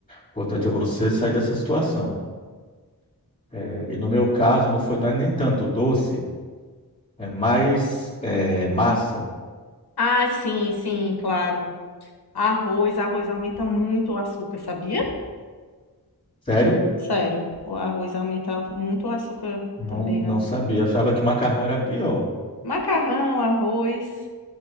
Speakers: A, on the left (about 20°); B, on the left (about 80°).
A: importante é você sair dessa situação. É, E no meu caso, não foi, não é nem tanto doce, é mais é, massa.
B: Ah, sim, sim, claro. Arroz, arroz aumenta muito o açúcar, sabia?
A: Sério?
B: Sério, o arroz aumenta muito o açúcar
A: Não,
B: também,
A: não
B: né?
A: sabia. Achava que macarrão era pior.
B: Macarrão, arroz,